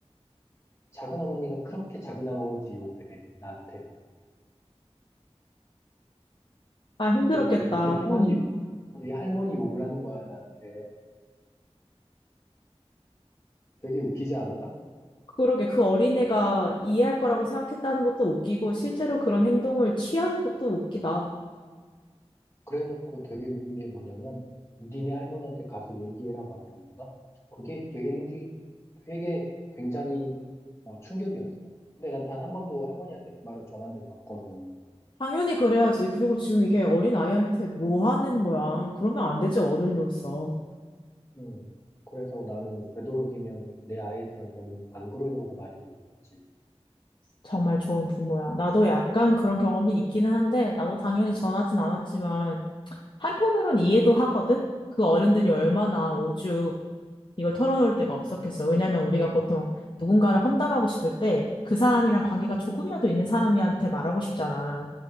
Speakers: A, on the left (about 25°); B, on the left (about 45°).
A: 작은 어머니가 그렇게 작은 아버지 욕을 해 나한테
B: 아, 힘들었겠다.
A: 그리고 우리 할머니
B: 음.
A: 우리 할머니 욕을 하는 거야 나한테 되게 웃기지 않아?
B: 그러게 그 어린애가 이해할 거라고 생각했다는 것도 웃기고 실제로 그런 행동을 취하는 것도 웃기다.
A: 그래 놓고 되게 웃긴 게 뭐냐면 니네 할머니한테 가서 얘기해라 막 이러면서 그게 되게 행기- 되게 굉장히 어, 충격이었어 근데 난 단 한 번도 할머니한테 그 말을 전한 적이 없거든
B: 당연히 그래야지. 그리고 지금 이게 어린 아이한테 뭐 하는 거야. 그러면 안 되지, 어른으로서.
A: 음. 그래서 나는 되도록이면 내 아이들한테는 안 그러려고 많이 노력하지.
B: 정말 좋은 부모야. 나도 약간 그런 경험이 있기는 한데, 나도 당연히 전하진 않았지만, 한편으론 이해도 하거든? 그 어른들이 얼마나 오죽 이걸 털어놓을 데가 없었겠어. 왜냐면 우리가 보통 누군가를 험담하고 싶을 때 그 사람이랑 관계가 조금이라도 있는 사람한테 말하고 싶잖아.